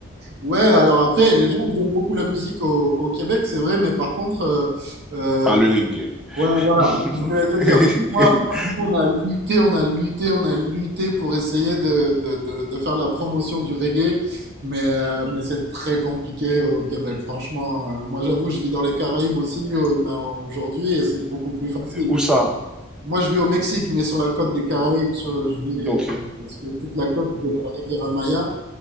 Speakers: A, on the right (about 55°); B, in the centre.
A: Ouais, alors après, les gens, ils aiment beaucoup la musique au, au Québec, c'est vrai, mais par contre, euh, euh,
B: pas le reggae.
A: Ouais, voilà,
B: <laughs>
A: c'est ce que je vais te dire. Moi, nous, on a lutté, on a lutté, on a lutté pour essayer de, de, de, de faire la promotion du reggae, mais, euh, mais c'est très compliqué au Québec, franchement. Euh, moi, j'avoue, je vis dans les Caraïbes aussi, euh, mais aujourd'hui, et c'est beaucoup plus facile.
B: Ou ça,
A: Moi, je vis au Mexique, mais sur la côte des Caraïbes, sur, je vis
B: ok.
A: euh, sur toute la côte de la Riviera Maya.